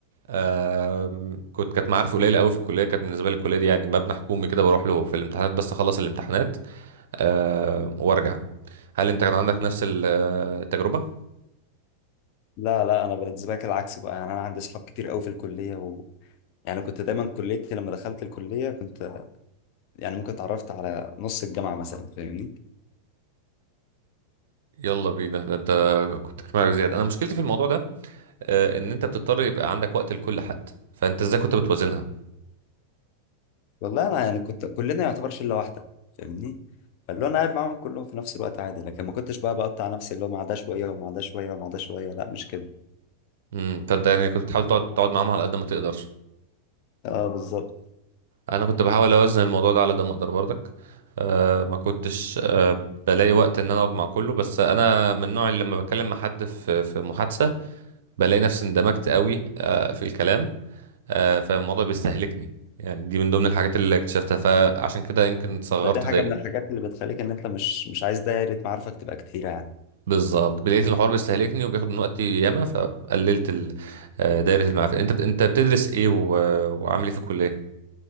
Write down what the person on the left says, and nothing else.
لا لا انا بالنسبه لك العكس بقى يعني انا عندي اصحاب كتير قوي في الكليه و... يعني كنت دايما كليتي لما دخلت الكليه كنت يعني ممكن اتعرفت على نص الجامعه مثلا فاهمني
والله انا يعني كنت كلنا يعتبر شله واحده فاهمني فاللي هو انا قاعد معاهم كلهم في نفس الوقت عادي لكن ما كنتش بقى بقطع نفسي اللي هو مع ده شويه ومع ده شويه ومع ده شويه لا مش كده
اه بالظبط
فدي حاجة
من الحاجات اللي بتخليك إن أنت مش مش عايز دايرة معارفك تبقى كتيرة يعني